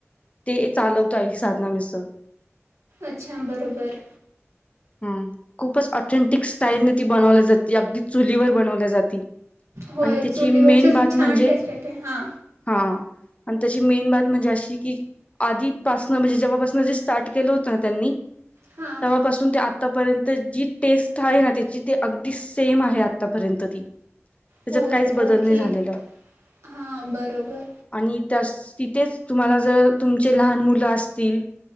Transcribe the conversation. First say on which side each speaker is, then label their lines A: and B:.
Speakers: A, on the left; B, on the right.
A: ते चालवताय साधना मिसळ.
B: अच्छा बरोबर.
A: हां. खूपच ऑथेंटिक स्टाईलने ती बनवली जाती, अगदी चुलीवर बनवल्या जाती.
B: होय,
A: आणि त्याची
B: चुलीवरचीच
A: मेन बात
B: छान
A: म्हणजे
B: टेस्ट येते हा.
A: हा आणि त्याची मेन बात म्हणजे अशी की आधीपासन म्हणजे जेव्हापासन जे स्टार्ट केलं होतं ना त्यांनी
B: हां
A: तव्हापासून ते आतापर्यंत जी टेस्ट हाये ना, त्याची ती अगदी सेम आहे आतापर्यंत ती त्याच्यात
B: हो
A: काहीच बदल
B: ओके
A: नाही झालेला
B: हां बरोबर
A: आणि त्याच तिथेच, तुम्हाला जर तुमचे लहान मुलं असतील